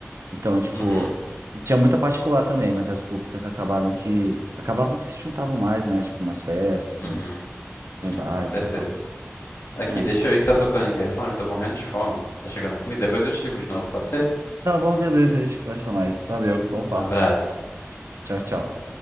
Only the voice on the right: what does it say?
Então, tipo,
tinha muita particular também, mas as públicas acabaram que acabavam que se juntavam mais, né? Tipo, nas festas,
nos
em bares
e tal.
É.
Tá bom, beleza, a gente conversa mais. Valeu, bom
papo.
Tchau, tchau.